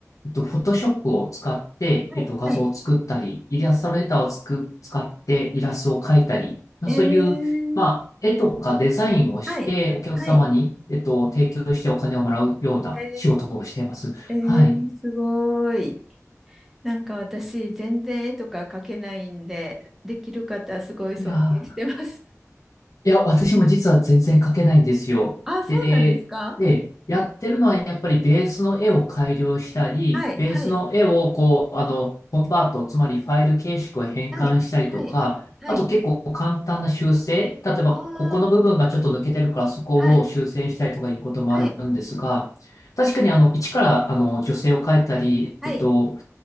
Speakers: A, on the left; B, in the centre.
A: えっと、フォトショップを使って、
B: はい。
A: えっと、画像を作ったり、
B: はい。
A: イラストレーターをつく、使ってイラストを描いたり、まあ、
B: えー、
A: そういう、
B: え
A: まあ、
B: ー
A: 絵とかデザインをして、
B: はい。
A: お客様に、
B: はい。
A: えっと、提供してお金をもらうような仕事をしています。
B: えー、えー、
A: はい。
B: すごーい。なんか私、全然絵とか描けないんで、できる方、すごい尊敬してます。
A: いやーいや、私も実は全然描けないんですよ。
B: <laughs> ああ、そうなんですか
A: で、で、やってるのはやっぱりベースの絵を改良したり、
B: はい。
A: ベースの絵をこう、
B: はい。
A: あの、コンバート、つまりファイル形式を変換したりとか、
B: はい。はい。はい。
A: あと結構簡単な修正、例えばここの部分がちょっと抜けてるからそこを修正したりとかいうこともあるんですが、
B: ああ、はい。はい。
A: 確かにあの、一からあの、女性を描いたり、
B: はい。
A: えっと、